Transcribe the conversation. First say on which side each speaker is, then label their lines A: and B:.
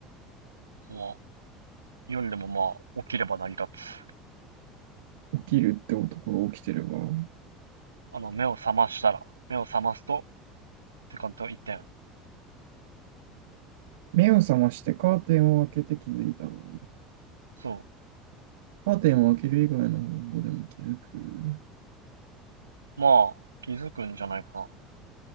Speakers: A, on the right; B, on the right.
A: まあ、夜でもまあ、起きれば成り立つ。
B: 起きるって男が起きてれば。
A: あの、目を覚ましたら、目を覚ますと、って感じは一点。
B: 目を覚ましてカーテンを開けて気づいたの。
A: そ
B: カーテンを開ける以外の方法でも気づく。
A: う。まあ、気づくんじゃないかな。